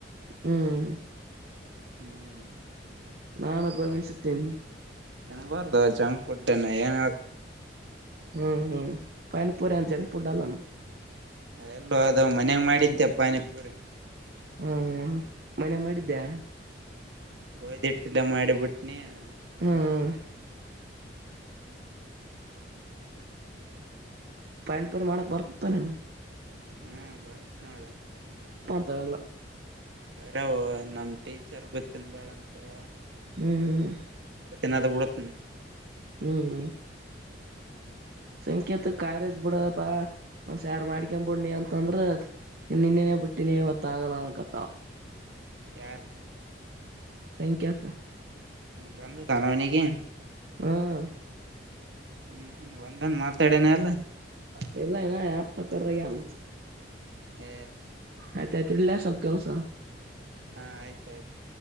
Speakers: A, on the right; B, on the right.
A: ಹ್ಮ್
B: ಹ್ಮ್
A: ನಾಾನಾ ಗಮ ಸುತ್ತ
B: ಬರ್ದ ಚಂಕ್ ಪಡ್ಡನೆ ನ
A: ಹ್ಮ್ ಹ್ಮ್ ಪನ ಪುರಚ ಪುಡ್ಡಲ್ಲ
B: ಎಲ್ಲೋ ಅದು ಮನೆಾಗ ಮಾಡಿದ್ದೆ ಪಾನಿಪೂರಿ
A: ಹಾ ಮನೆ ಮಾಡಿದ್ದೆ
B: ಗೋಯ್ದಟ್ಟಲ್ಲ ಮಾಡಿಬಿಟ್ಟನ
A: ಹ್ಮ್
B: ತಿಂದೆ
A: ಪಯನ್ಪರ ಮಾಡಕ್ ಬರ್ತತಾನ
B: ಹ್ಮ ಬರ್ತ್ ನಾಳ
A: ತ್ತಲ
B: ಬರ ನಮ್ ಟೀಚರ್ ಬತ್ತಿನ ಬಾಳ ಅಂತೇಳ
A: ಹ್ಮ್ ಹ್ಮ್
B: ನಾದ ಉಳುತ್ತ
A: ಹ್ಮ ಹಾ ಸಂಕೇತ್ ಕಾರಜ ಬಿಡಪಾ ಒಂದ್ಸಾರ್ ಮಾಡ್ಕನ್ಬ ಬಿಡ್ ನೀ ಅಂತಂದ್ರ ಇ ನಿನ್ನೆನ ಪುಟ್ಟಿನೇ ಒತ್ತಾಗಲ ಕತ್ತಾವ
B: ಯಾರು
A: ಸಂಖ್ಯಾತ
B: ಬಂದು ತಾನನಗೆಿ
A: ಹ್ಮ
B: ಹ್ಮ್ ಒಂದನ್ ಮಾತಾಡೇನೆ ಎಲ್ಲ
A: ಪಲ್ಲ ಇನ ಆತಕ್ಕ್ರಗಾನ
B: ಹ
A: ಆಯ್ತ ಆಯ್ತ್ು ಇಳ್ಳೇ ಸ್ವಲ್ಪ ಕೆಲ್ಸ
B: ಹಾ ಆಯ್ತ ಆಾಯ್ತು